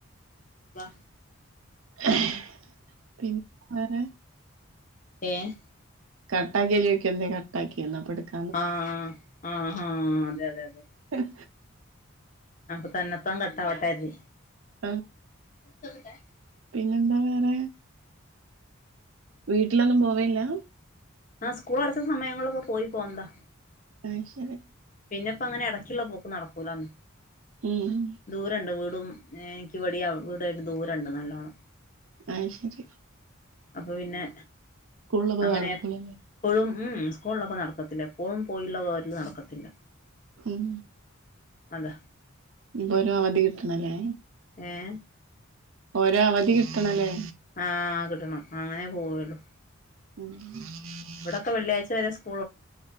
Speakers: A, on the left; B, on the right.
A: വാ
B: <inaudible>
A: ഏഹ്
B: കട്ടാക്കിയാ ചോദിക്കും എന്തേ കട്ടാക്കിയേന്ന് അപ്പെടുക്കും
A: ആഹ് ആഹ് ആഹാ അതെ അതെ അതെ
B: ഉം
A: അപ്പൊ തന്നെത്താൻ കട്ടാവട്ടെ അത്
B: ഉം
A: <inaudible>
B: പിന്നെന്താ വേറെ വീട്ടിലൊന്നും പോവേയില്ലാ
A: ആഹ് സ്കൂളടച്ച സമയങ്ങളൊക്കെ പോയി പോന്നതാ
B: അത് ശരി
A: പിന്നെപ്പൊ അങ്ങനെ ഇടയ്ക്കുള്ള പോക്ക് നടക്കൂലാന്ന്
B: ഉം ഉം
A: ദൂരണ്ട് വീടും എനിക്ക് ഇവടേം അവിടേം ആയിട്ട് ദൂരണ്ട് നല്ലോണം
B: ആഹ്ശരി.
A: അപ്പൊ പിന്നെ
B: സ്കൂളുളളപ്പോ
A: അങ്ങനെ
B: നടക്കൂലല്ലേ.
A: എപ്പോഴും ഉം ഉം സ്കൂൾ ഉള്ളപ്പോ നടക്കത്തില്ല എപ്പോഴും പോയിള്ള പോരല് നടക്കത്തില്ല.
B: ഉം
A: അതാ
B: ഇനി ഇപ്പോ ഒരു അവധി കിട്ടണല്ലേ.
A: ഏഹ്
B: ഒരവധി കിട്ടണല്ലേ.
A: ആഹ് കിട്ടണം അങ്ങനെ പോവുളളു.
B: <inaudible>
A: ഇവിടെക്കെ വെള്ളിയാഴ്ച്ച വരെ സ്ക്കൂ